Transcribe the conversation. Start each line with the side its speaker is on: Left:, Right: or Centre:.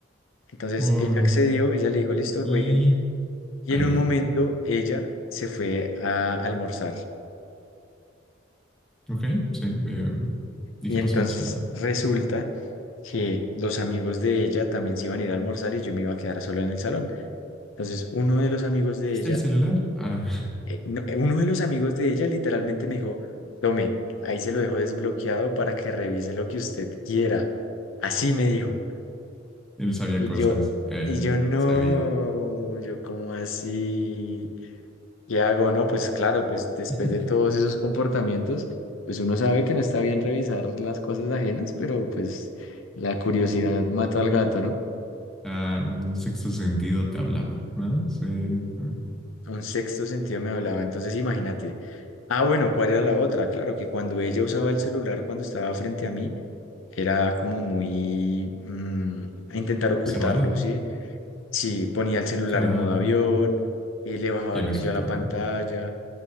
Left: Entonces
Centre: Por-
Left: ella accedió, ella le dijo, listo,
Centre: Y
Left: jueguen, y
Centre: ahí
Left: en
Centre: lo
Left: un
Centre: vio.
Left: momento ella se fue a almorzar.
Centre: Ok, sí. eh, ¿Y
Left: Y
Centre: qué
Left: entonces
Centre: pasó? O sea,
Left: resulta que los amigos de ella también se iban a ir a almorzar y yo me iba a quedar solo en el salón. Entonces uno de los amigos de
Centre: hasta
Left: ella
Centre: el celular? Ah, <laughs>
Left: eh, no- eh, uno de los amigos de ella literalmente me dijo, tome, ahí se lo dejo desbloqueado para que revise lo que usted quiera. Así me dijo.
Centre: él sabía
Left: Y
Centre: cosas.
Left: yo,
Centre: Él
Left: y yo no,
Centre: sabía.
Left: yo como así, ¿qué hago? No, pues claro, pues después
Centre: <laughs>
Left: de todos esos comportamientos, pues uno sabe que no está bien revisar las cosas ajenas, pero pues la curiosidad mató al gato, ¿no?
Centre: Ah, un sexto sentido te hablaba, ¿no? Sí. sí.
Left: Un sexto sentido me hablaba, entonces imagínate. Ah, bueno, ¿cuál era la otra? Claro, que cuando ella usaba el celular, cuando estaba frente a mí, era como muy mm, a intentar ocultarlo,
Centre: Reservada.
Left: ¿sí? Sí, ponía el celular
Centre: Claro.
Left: en modo avión, eh, le bajaba
Centre: Tiene
Left: el brillo
Centre: sentido.
Left: a la pantalla,